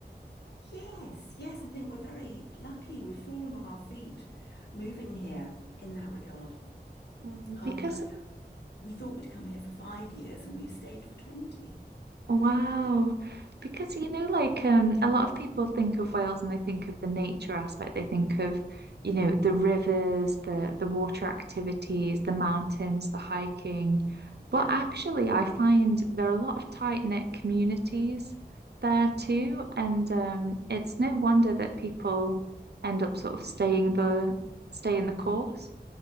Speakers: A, on the left; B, on the right.
A: Yes, yes, I think we're very lucky. We've fallen on our feet moving here in that regard.
B: Mm,
A: Um,
B: Because
A: we thought we'd come here for five years and we've stayed for 20.
B: Wow. Because you know, like um a lot of people think of Wales and they think of the nature aspect. They think of, you know, the rivers, the the water activities, the mountains, the hiking. But
A: Yeah.
B: actually I find there are a lot of tight-knit communities there too. And um it's no wonder that people end up sort of staying the stay in the course.